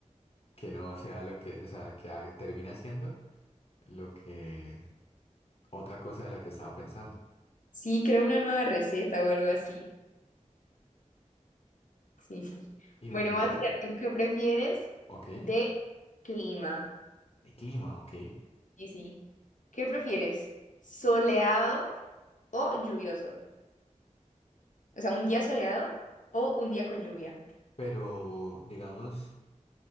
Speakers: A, on the left (about 50°); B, on the left (about 85°).
A: que no sea lo que, o sea, que haga- termine siendo lo que otra cosa de la que estaba pensando.
B: Sí, creo una nueva receta o algo así. Sí, sí.
A: Y
B: Bueno,
A: hubo,
B: voy a tirarte un qué prefieres
A: ok.
B: de clima.
A: De clima, ok.
B: Y sí. ¿Qué prefieres? ¿Soleado o lluvioso? O sea, un día soleado o un día con lluvia.
A: Pero, digamos,